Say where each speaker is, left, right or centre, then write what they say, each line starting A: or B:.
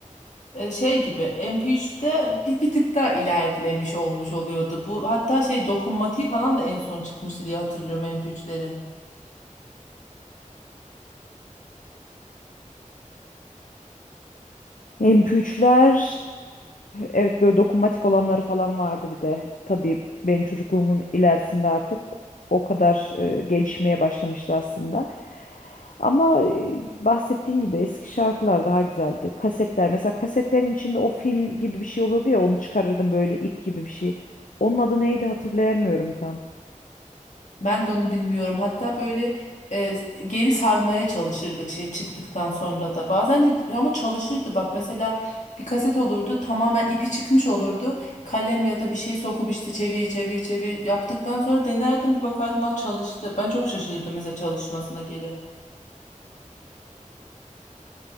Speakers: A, on the left (about 65°); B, on the left (about 75°).
A: e, şey gibi MP3'te bir, bir tık daha ilerlemiş olmuş oluyordu. Bu hatta şey dokunmatiği falan da en son çıkmıştı diye hatırlıyorum MP3'lerin.
B: mp üçler, evet böyle dokunmatik olanları falan vardı bir de. Tabii benim çocukluğumun ilerisinde artık o kadar e, gelişmeye başlamıştı aslında. Ama e, bahsettiğin gibi eski şarkılar daha güzeldi. Kasetler mesela kasetlerin içinde o film gibi bir şey olurdu ya onu çıkarırdım böyle ip gibi bir şey. Onun adı neydi hatırlayamıyorum tam.
A: Ben de onu bilmiyorum. Hatta böyle e, geri sarmaya çalışırdık şey çıktıktan sonra da. Bazen de ama çalışırdı. Bak mesela bir kaset olurdu tamamen ipi çıkmış olurdu. Kalem ya da bir şey sokup işte çevir çevir çevir yaptıktan sonra denerdim bir bakardım "Aa, çalıştı. Ben çok şaşırdım mesela çalışmasına geri.